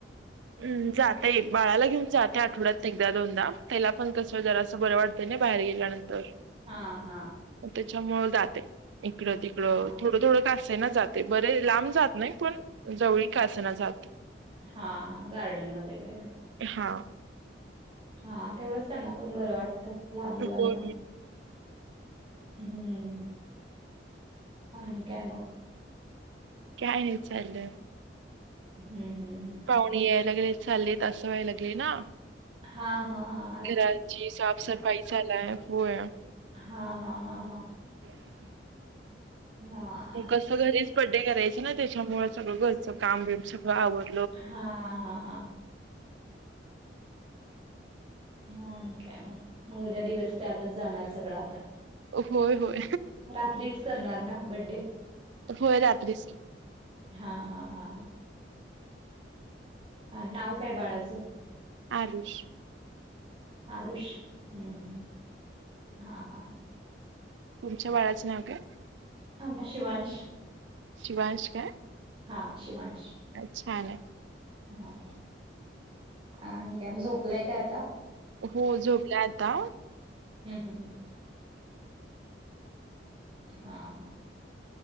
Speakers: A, on the right; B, on the right.
A: हम्म जाते, बाळाला घेऊन जाते, आठवड्यात एकदा- दोनदा त्याला पण कसं जरासं बर वाट ते ना बाहेर गेल्यानंतर
B: हा-हा.
A: त्याच्यामुळ जाते इकडं-तिकडं
B: हा
A: थोडं-थोडं का असेना जा ते बरंय लांब जात नाही, पण जवळी का असेना जात
B: हा गार्डन मध्ये वैगरे.
A: हा.
B: हा तेवढंच त्यांना पण बरं वाटतं, लहान मुलांना.
A: हो
B: हम्म. आणि काय मग?
A: काय नाही चाललंय.
B: हम् हम् हम्.
A: पाहुणे यायला लागलेत- चाललेत, असं व्हाय लागले ना.
B: हां-हां-हां.
A: घराची साफ- सफाई झाल्याय होया
B: हां-हां-हां-हां.
A: <unintelligible>
B: हां.
A: मग कसं घरीच बड्डे करायचं ना, त्याच्यामुळे सगळं घरचं काम बिम सगळं आवर
B: हां-हां-हां. हां आणि काय मग. मग उद्या दिवस त्यातच जाणार सगळा आता.
A: होय होय
B: रात्रीच करणार ना बड्डे.
A: होय रात्रीच की
B: हां-हां-हां-हां. अन नाव काय बाळाचं?
A: आरुष.
B: आरुष हम्म हम्म हम्म हां-हां.
A: तुमच्या बाळाचं नाव काय?
B: आंबा शिवांश.
A: शिवांश काय?
B: हां शिवांश.
A: अं छानय.
B: हां आणि काय म झोपलाय का आता?
A: हो झोपलाय आता.
B: ह्म-ह्म-ह्म. हां हं.